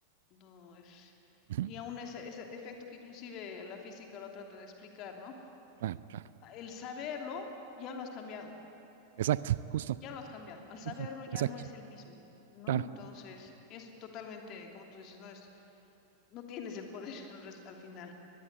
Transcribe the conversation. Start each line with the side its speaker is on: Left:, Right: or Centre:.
Left: no es...
Right: uh -huh.
Left: Y aún ese, ese efecto que inclusive la física lo trata de explicar, ¿no?
Right: claro, claro.
Left: El saberlo ya lo has cambiado,
Right: Exacto, justo,
Left: ya lo has cambiado. Al saberlo
Right: justo,
Left: ya
Right: exacto,
Left: no es el mismo, ¿no?
Right: claro.
Left: Entonces, es totalmente, como tú dices, no es, no tienes el poder <laughs> al, res- al final.